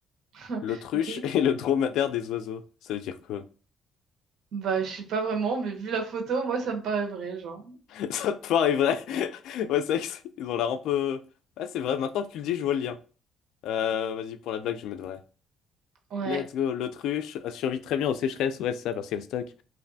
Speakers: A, on the right; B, on the left.
A: <laughs>
B: L'autruche
A: Ok.
B: <laughs> et le dromadaire des oiseaux. Ça veut dire quoi?
A: Bah, je sais pas vraiment, mais vu la photo, moi, ça me paraît vrai, genre.
B: <laughs> Ça te paraît vrai? <laughs> Ouais, c'est vrai que c'est- ils ont l'air un peu... Ah, c'est vrai, maintenant que tu le dis, je vois le lien. Euh, vas-y, pour la blague, je vais mettre vrai.
A: Ouais.
B: Let's go. L'autruche a survécu très bien aux sécheresses. Ouais, c'est ça, parce qu'elle stocke.